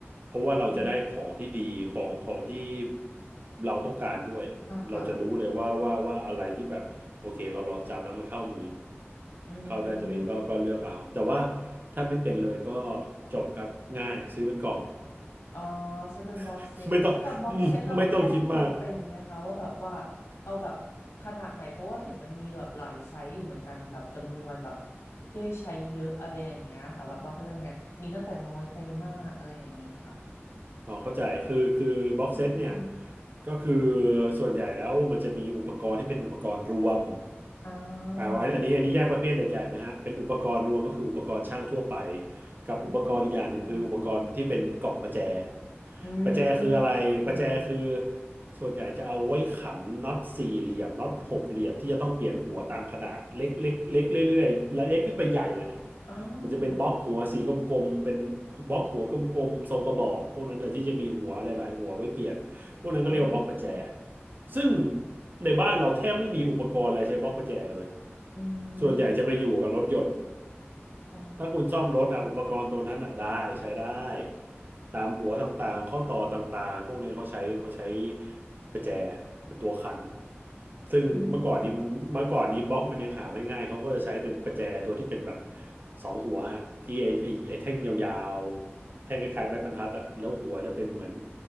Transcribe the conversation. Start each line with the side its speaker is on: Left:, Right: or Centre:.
Right: เพราะว่าเราจะได้ของที่ดีของของที่
Left: อ๋อ
Right: เราต้องการด้วยเราจะรู้เลยว่าว่าว่าอะไรที่แบบโอเคเราลองจับแล้วมันเข้ามือ
Left: อ่าค่ะอื
Right: เข้าได้ตัวเองก็ก็เลือกเอาแต่ว่า
Left: ม
Right: ถ้าไม่เป็นเลยก็จบครับง่ายซื้อเป็นกล่อง
Left: อ๋อซื้อเป็นบ็อกเซตแต่บ็อกเซตเราก็ต้องดูเป็นไหมคะว่าแบบว่า
Right: <laughs> ไม่ต้อง <laughs> อืมไม่ต้องคิดมาก
Left: เอาแบบขนาดไหนเพราะว่าเห็นมันมีแบบหลายไซส์อยู่เหมือนกันแบบจำนวนแบบที่ให้ใช้เยอะอะไรอย่างเงี้ยค่ะแบบว่าเขาเรื่องไงมีตั้งแต่น้อยไปมากอะไรอย่างเงี้ยค่ะ
Right: อ๋อเข้าใจคือคือบ็อกเซตเนี่ย
Left: อืม
Right: ก็คือส่วนใหญ่แล้วมันจะมีอุปกรณ์ที่เป็นอุปกรณ์รวม
Left: อ่า
Right: อ่าอันอันนี้อันนี้แยกประเภทใหญ่ๆนะฮะเป็นอุปกรณ์รวมก็คืออุปกรณ์ช่างทั่วไปกับอุปกรณ์อีกอย่างหนึ่งคืออุปกรณ์ที่เป็นกล่องประแจ
Left: อืมอื
Right: ประแจคืออะไรประแจคือ
Left: ม
Right: ส่วนใหญ่จะเอาไว้ขันน็อตสี่เหลี่ยมน็อตหกเหลี่ยมที่จะต้องเปลี่ยนหัวตามขนาดเล็กเล็กเล็กเรื่อยๆและเล็กขึ้นไปใหญ่อะฮะ
Left: อ๋อ
Right: มันจะเป็นบล็อกหัวสีกลมๆเป็นบล็อกหัวกลมๆทรงกระบอกพวกนั้นเนี่ยที่จะมีหัวหลายๆหัวไว้เปลี่ยนพวกนั้นก็เรียกว่าบล็อกประแจ
Left: อืม
Right: ซึ่งในบ้านเราแทบไม่มีอุปกรณ์อะไรใช้บล็อกประแจเลย
Left: อื
Right: ส่วนใหญ่จะไปอยู่กับรถยนต์
Left: มอ๋อ
Right: ถ้าคุณซ่อมรถอะอุปกรณ์ตัวนั้นอะได้ใช้ได้ตามหัวต่างๆข้อต่อต่างๆพวกนี้เขาใช้เขาใช้ประแจเป็นตัวขันซึ่งเมื่อก่อนนี้มันเมื่อก่อนนี้บล็อกมันยังหาไม่ง่ายเขาก็จะใช้เป็นประแจตัวที่เป็นแบบ
Left: อืม
Right: สองหัวฮะที่ไอไอไอแท่งยาวๆแท่งคล้ายๆไม้บรรทัดอะแล้วหัวจะเป็นเหมือน